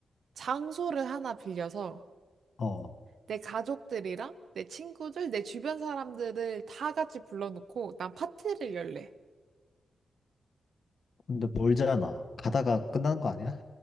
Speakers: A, on the right; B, on the left.
A: 장소를 하나 빌려서
B: 어.
A: 내 가족들이랑 내 친구들, 내 주변 사람들을 다 같이 불러놓고 난 파티를 열래.
B: 근데 멀잖아. 가다가 끝난 거 아니야?